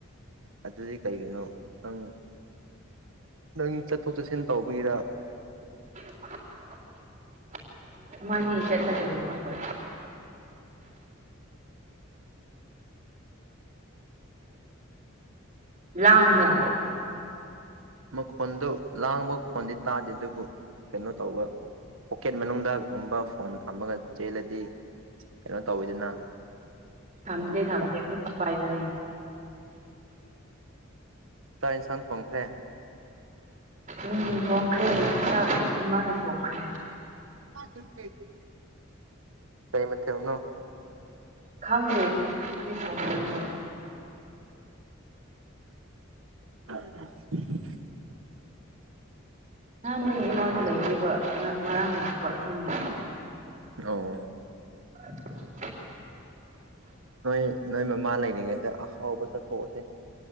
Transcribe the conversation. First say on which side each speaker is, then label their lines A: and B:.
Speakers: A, on the right; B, on the right.
A: ꯑꯗꯨꯗꯤ ꯀꯩꯒꯤꯅꯣ ꯅꯪ ꯅꯪ ꯆꯠꯊꯣꯛ ꯆꯠꯁꯤꯟ ꯇꯧꯕꯒꯤꯔ
B: <unintelligible> ꯃꯥꯅꯤ ꯆꯠꯂꯒ ꯂꯩꯕ ꯍꯣꯏ ꯂꯥꯡꯕ꯭ꯔꯥ
A: ꯃꯈꯣꯟꯗꯨ ꯂꯥꯡꯕ ꯈꯣꯟꯗꯤ ꯇꯥꯗꯦ ꯑꯗꯨꯕꯨ ꯀꯩꯅꯣ ꯇꯧꯕ ꯄꯣꯀꯦꯠ ꯃꯅꯨꯡꯗ ꯒꯨꯝꯕ ꯐꯣꯟ ꯊꯝꯃꯒ ꯆꯦꯜꯂꯗꯤ ꯀꯩꯅꯣ ꯇꯧꯋꯤꯗꯅ
B: ꯊꯝꯗꯦ
A: ꯑꯗꯨ
B: ꯊꯝꯗꯦ
A: ꯇꯥꯏꯞꯇ
B: ꯈꯨꯠꯅ ꯄꯥꯏꯕꯅꯦ
A: ꯆꯥꯛ ꯏꯟꯁꯥꯡ ꯊꯣꯡꯈ꯭ꯔꯦ
B: ꯎꯝ ꯊꯣꯡꯈ꯭ꯔꯦ ꯆꯥꯛ ꯏꯃꯥꯅ ꯊꯣꯡꯈ꯭ꯔꯦ
A: ꯎꯝ ꯀꯩ ꯃꯊꯦꯜꯅꯣ
B: ꯈꯪꯗꯦ ꯀꯔꯤ ꯀꯔꯤ ꯊꯣꯡꯕꯔꯥ <unintelligible>
A: <unintelligible>
B: ꯅꯍꯥꯟꯗꯒꯤ ꯏꯃꯥꯗꯣ ꯂꯩꯇꯦꯕ ꯉꯥ ꯉꯔꯥꯡ ꯂꯥꯛꯄ ꯑꯍꯤꯡꯗ
A: ꯑꯣ
B: <unintelligible>
A: ꯅꯣꯏ ꯅꯣꯏ ꯃꯃꯥ ꯂꯩꯔꯤꯉꯩꯗ ꯑꯍꯥꯎꯕ ꯆꯠꯊꯣꯛ ꯑꯣꯁꯦ